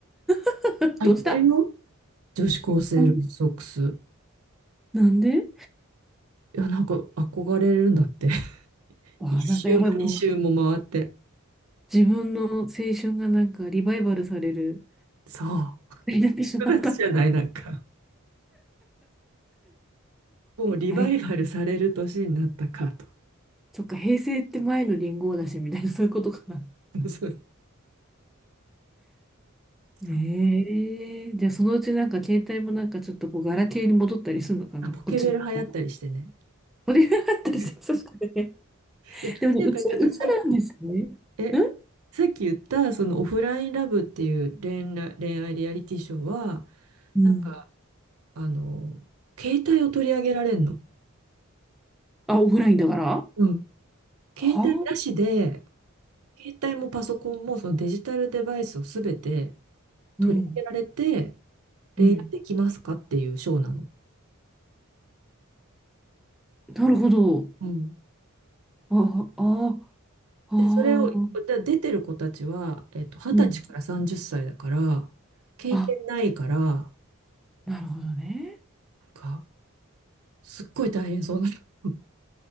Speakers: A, in the centre; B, on the right.
A: <laughs>
B: あ、
A: どうした
B: いてるよ。女子高生ルーズソックス。
A: なんでなんで
B: いや、なんか憧れるんだって。<laughs>
A: わあなんかやばい、
B: 一周も二周も回って。
A: もう自分の青春がなんかリバイバルされる、
B: そ
A: になってしまった。
B: 9月じゃない、なんか。もうリバイバルされる年になったかと。
A: あれか。そっか、平成って前の元号だし、みたいな、そういうことかな。
B: <laughs> そう。う。そう。
A: ええじゃあそのうちなんか携帯もなんかちょっとこう、ガラケーに戻ったりするのかなこっちの方が。
B: あ、ポケベル流行ったりしてね。
A: これがあったりして、
B: <laughs>
A: そうですね。
B: いや、
A: でもね、
B: ていうか、ていうか、
A: 映る、映るんですね。
B: さっき、え、
A: うん。
B: さっき言った、そのオフラインラブっていう恋愛、恋愛リアリティショーは、
A: うん。
B: なんか、あの、携帯を取り上げられんの。
A: あ、オフラインだからは
B: うん。携帯なしで、
A: あ。
B: 携帯もパソコンもそのデジタルデバイスをすべて
A: うん。
B: 取り上げられて、恋愛できますかっていうショーなの。
A: うん。なるほど。
B: うん
A: あ、あ、ああ、
B: で、それを、で出てる子たちは、えっと、二十歳から30歳だから、
A: うん。
B: 経験ないから、
A: あ、なるほどね。
B: か、すっごい大変そうなの。